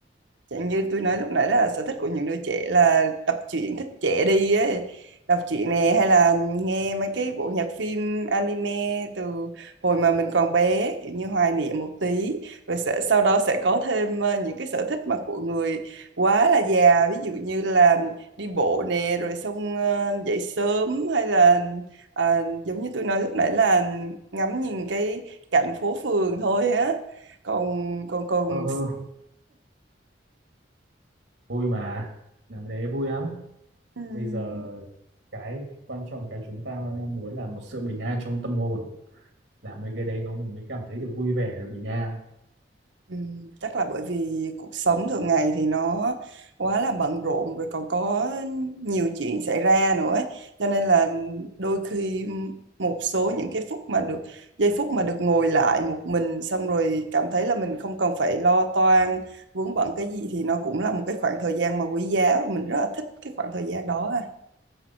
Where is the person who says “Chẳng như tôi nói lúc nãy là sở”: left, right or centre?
Right